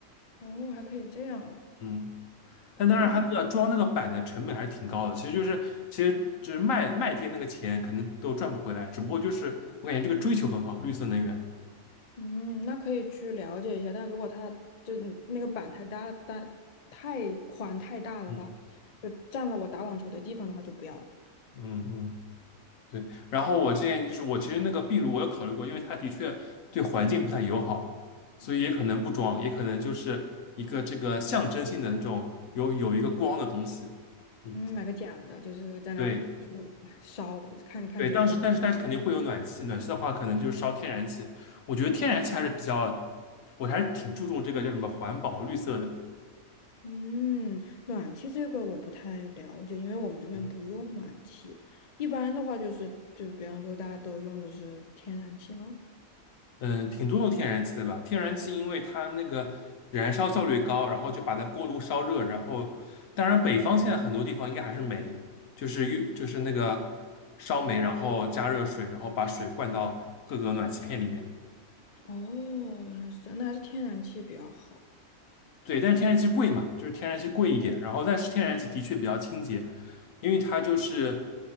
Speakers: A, on the left; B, on the left.
A: 哦，还可以这样哦。
B: 嗯，但当然它那个装那个板的成本还是挺高的，
A: 哦，
B: 其实就是其实只是卖卖电那个钱可能都赚不回来，只不过就是我感觉这个追求很好，绿色能源。
A: 嗯，那可以去了解一下，但如果它就那个板太大、大太宽太大的话，
B: 嗯
A: 就占了我打网球的地方的话就不要了。
B: 嗯嗯。对，然后我之前就是我其实那个壁炉我有考虑过，因为它的确对环境不太友好，所以也可能不装，也可能就是一个这个象征性的那种有有一个光的东西。嗯，
A: 嗯，买个假的，就是在那儿就
B: 对
A: 烧，看看起来就
B: 对，当时但是但是肯定会有暖气，暖气的话可能就是烧天然气，我觉得天然气还是比较，我还是挺注重这个叫什么环保绿色的。
A: 嗯，暖气这个我不太了解，因为我们这边不用暖气。
B: 嗯
A: 一般的话就是，就比方说大家都用的是天然气吗？
B: 嗯，挺多用天然气的吧？天然气因为它那个燃烧效率高，然后就把它锅炉烧热，然后当然北方现在很多地方应该还是煤，就是用就是那个烧煤，然后加热水，然后把水灌到各个暖气片里面。
A: 哦，原来是这样，那还是天然气比较好。
B: 对，但是天然气贵嘛，就是天然气贵一点，然后但是天然气的确比较清洁，因为它就是